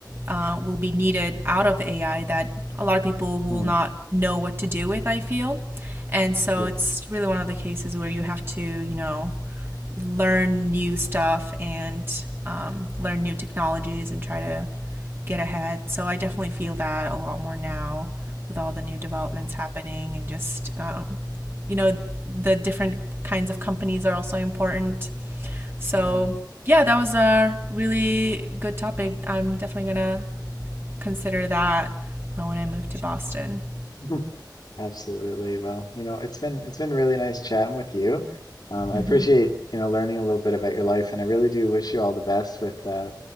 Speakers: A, on the right; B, on the left.
A: uh, will be needed out of AI that a lot of people will
B: Hmm.
A: not know what to do with, I feel. And so
B: Yeah.
A: it's really one of the cases where you have to, you know, learn new stuff and um,
B: Mhm.
A: learn new technologies and try to get ahead. So I definitely feel that a lot more now with all the new developments happening and just, um, you know, the different kinds of companies are also important. So
B: Yeah.
A: yeah, that was a really good topic. I'm definitely gonna consider that uh, when I move to Boston.
B: Yeah. <laughs> Absolutely. Well, you know, it's been it's been really nice chatting with you. Um, I
A: hmm
B: appreciate, you know, learning a little bit about your life, and I really do wish you all the best with uh